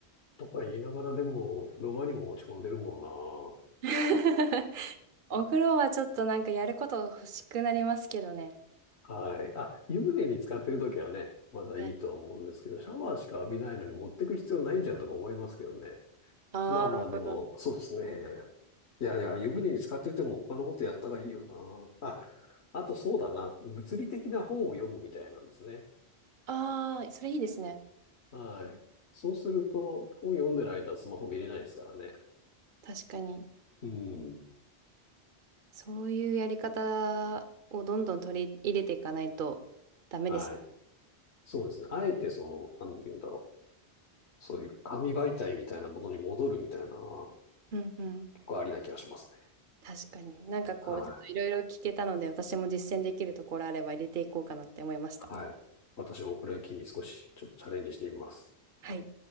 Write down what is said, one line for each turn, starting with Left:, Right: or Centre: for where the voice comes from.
Left: とか言いながらでも風呂場にも持ち込んでるもんな。
Right: <laughs> お風呂はちょっとなんかやること欲しくなりますけどね。
Left: はい。あ、湯船に使ってるときはね、まだいいと思うんですけど、
Right: はい。
Left: シャワーしか浴びないのに持ってく必要ないじゃんとか思いますけどね。
Right: ああ、
Left: まあまあ、でも、そうですね。いやいや、湯船に使ってても他のことやった方がいいよな。あ、あとそうだな。物理的な本を読むみたいなんですね。
Right: ああ、それいいですね。
Left: はい。そうすると、本読んでる間はスマホ見れないですからね。
Right: 確かに。
Left: うん。
Right: そういうやり方をどんどん取り入れていかないとダメです。
Left: はい。そうですね。あえてその、なんて言うんだろう。そういう紙媒体みたいなものに戻るみたいなのは
Right: うんうん。
Left: 結構ありな気がしますね。
Right: 確かに。なんかこう、
Left: はい。
Right: ちょっといろいろ聞けたので、私も実践できるところあれば入れていこうかなって思いました。
Left: はい。私もこれを機に少しちょっとチャレンジしてみます。
Right: はい。